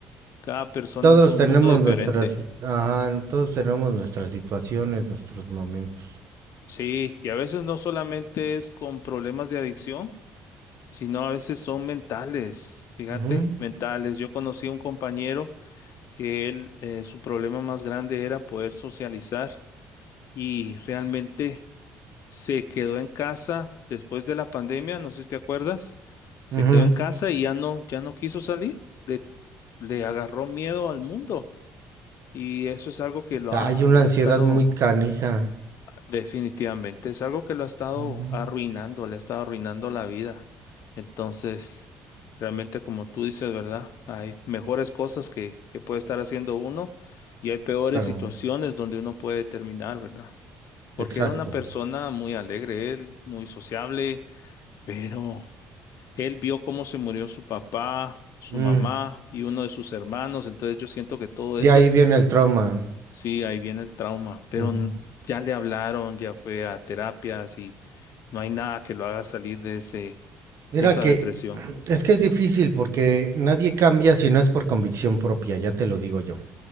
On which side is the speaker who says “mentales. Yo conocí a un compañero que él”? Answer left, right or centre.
Left